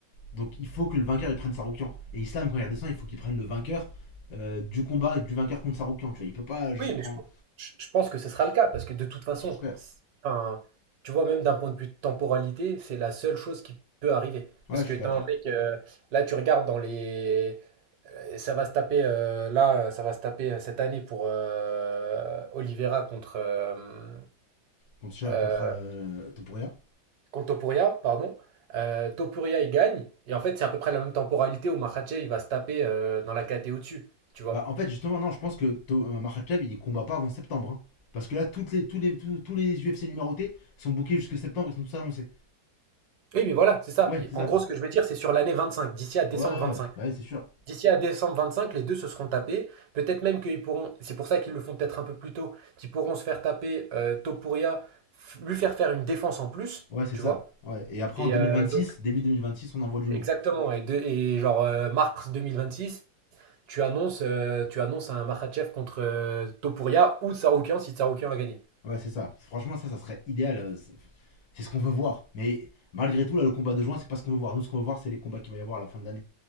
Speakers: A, on the left; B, on the right.
A: Donc il faut que le vainqueur, il prenne Saroukian. Et Islam, quand il redescend, il faut qu'il prenne le vainqueur euh, du combat, du vainqueur contre Saroukian. Tu vois, il peut pas juste
B: Oui, mais
A: prendre.
B: je, pense je- pense que ce sera le cas, parce que de toute façon,
A: J'espère.
B: c'est- enfin, tu vois, même d'un point de vue de temporalité, c'est la seule chose qui peut arriver.
A: Ouais,
B: Parce
A: je
B: que
A: suis
B: t'as
A: d'accord.
B: un mec, euh, là tu regardes dans les... euh, Ça va se taper, euh, là, ça va se taper euh, cette année pour euh, Oliveira contre, euh,
A: Contre,
B: euh,
A: contre euh, Topuria.
B: contre Topuria, pardon. Euh, Topuria, il gagne, et en fait, c'est à peu près la même temporalité où Makhachev, il va se taper euh, dans la KT au-dessus, tu vois.
A: Bah, en fait, justement, non, je pense que To- euh, Makhachev, il combat pas avant septembre. hein. Parce que là, toutes les, tous, les, tous, tous les UFC numérotés sont bookés jusque septembre, ils sont tous annoncés.
B: Oui, mais voilà, c'est ça.
A: Ouais,
B: Il-
A: c'est
B: En
A: ça.
B: gros, ce que je veux dire, c'est sur l'année 25, d'ici à décembre
A: Ouais, ouais,
B: 25.
A: ouais, Bah ouais, c'est sûr.
B: D'ici à décembre 25 les deux se seront tapés. Peut-être même qu'ils pourront, c'est pour ça qu'ils le font peut-être un peu plus tôt, qu'ils pourront se faire taper euh, Topuria, f- lui faire faire une défense en plus,
A: Ouais, c'est
B: tu
A: ça.
B: vois.
A: Ouais. Et après,
B: Et
A: en 2026,
B: euh, donc,
A: début 2026, on envoie du lourd.
B: exactement. Et, de- et genre euh, mars six tu annonces, euh, tu annonces un Makhachev contre euh, Topuria ou Tsaroukian si Tsaroukian va gagner
A: Ouais, c'est ça. Franchement, ça, ça serait idéal. euh, c'est- C'est ce qu'on veut voir. Mais malgré tout, là, le combat de juin, c'est pas ce qu'on veut voir. Nous, ce qu'on veut voir, c'est les combats qu'il va y avoir à la fin de l'année.